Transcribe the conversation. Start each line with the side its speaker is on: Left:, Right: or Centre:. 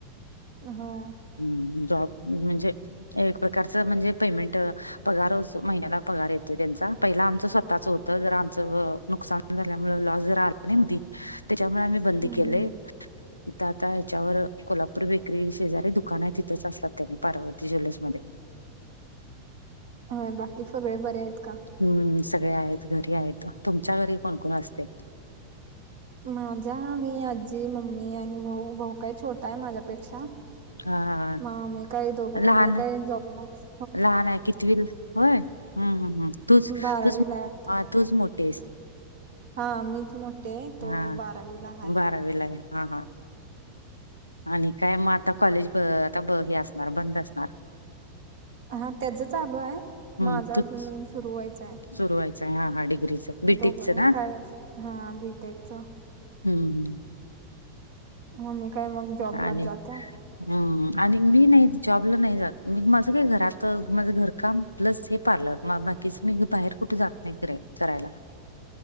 Right: हा.
Left: हम् जॉब म्हणजे एक प्रकारचं म्हणजे पेमेंट पगार महिन्याला पगार येतो त्यांचा पहिला आमचं स्वतःच होत जर आमचं नुकसान झाल्यामुळे लॉस जरा आला नाही म त्याच्यामुळे आम्ही बंदी
Right: हम्म
Left: केले. इथ आता ह्याच्यावर कोल्हापूर बेकरी शेजारी दुख दुकान आहे तिथंच असलात त्यानी पार्वती ज्वेलर्स मध्ये
Right: होय बाकी सगळे बरे आहेत का?
Left: हम्म सगळे आहेत घरी आहेत तुमच्या घरी कोणकोण असतय.
Right: माझा मी आजी, मम्मी आणि भाऊ, भाऊ काय छोटा आहे माझ्यापेक्षा.
Left: हा
Right: म मी काय दोघं मम्मी
Left: लहान
Right: काय जॉबलाच.
Left: लहान आहे कितवी होय हम्म हम्म हम्म तूच
Right: बारावीला
Left: तूच
Right: आहे आता
Left: तूच मोठी आहेस.
Right: हा मीच मोठी हाय, तो
Left: हा
Right: बारावीला हाय.
Left: बारावीला आहे हा हा आणि काय मग आता कॉलेज आता हे असणार बंद असणार.
Right: हा त्याच चालू आहे
Left: हम्म
Right: माझा अजून
Left: तूच
Right: सुरू व्हायचाय.
Left: सुरू व्हायचंय हां हा डिग्रीचं. बीटेकचं
Right: मग तोपर्यंत
Left: ना
Right: काय अस हा बी टेक च.
Left: हम्म हम्म.
Right: मम्मी काय मग. जॉबलाच
Left: आणि.
Right: जात्या.
Left: हम् आणि मी नाही जॉबला नाही जात म माझं काय घरात माझं घर काम. प्लस हे पार्लर बाकीच मी बाहेर कुठे जात नाही के करायला.